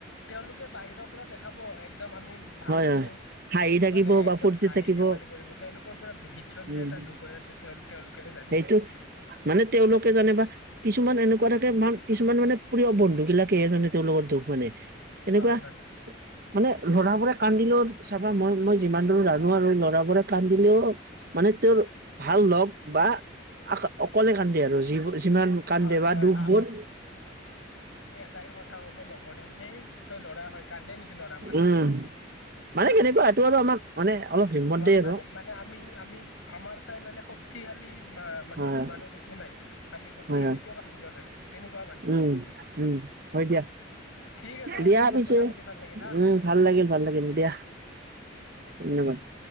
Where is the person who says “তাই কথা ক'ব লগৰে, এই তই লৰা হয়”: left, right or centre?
Left